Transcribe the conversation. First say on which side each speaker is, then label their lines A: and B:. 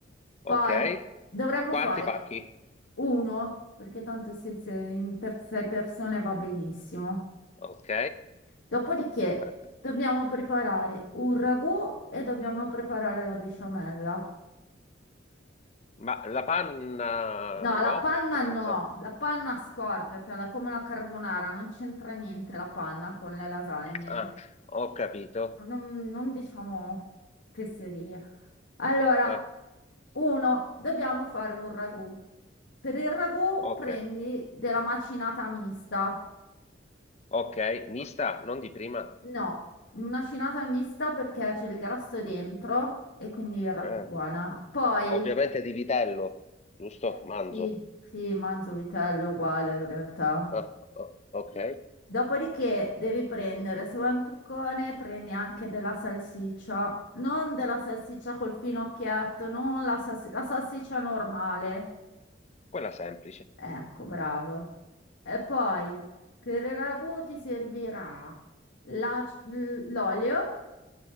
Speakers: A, on the left (about 35°); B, on the left (about 70°).
A: ok.
B: Poi dovremmo
A: Quanti
B: fare
A: pacchi?
B: uno, perché tanto siete in per sei persone va benissimo.
A: Ok,
B: Dopodiché
A: perfetto.
B: dobbiamo preparare un ragù e dobbiamo preparare la besciamella.
A: Ma la panna
B: No,
A: no?
B: la panna
A: Per
B: no,
A: forza.
B: la panna scordatela, è come la carbonara, non c'entra niente la panna con le lasagne.
A: Ah, ho capito.
B: Non, non diciamo fesserie. Allora,
A: Eh,
B: uno, dobbiamo fare un ragù. Per il ragù
A: ok,
B: prendi della macinata mista.
A: ok. Mista, non di prima.
B: No, una cinata mista perché c'è il grasso dentro e quindi verrà
A: Eh,
B: più buona. Poi,
A: ovviamente di vitello, giusto?
B: eh,
A: Manzo.
B: sì, sì, manzo vitello uguale in realtà.
A: Ah, o- ok,
B: Dopodiché devi prendere, se vuoi un truccone, prendi anche della salsiccia, non della salsiccia col finocchietto, non la, salsi- la salsiccia normale.
A: quella semplice.
B: Ecco, bravo. E poi per il ragù ti servirà la c- l- l'olio,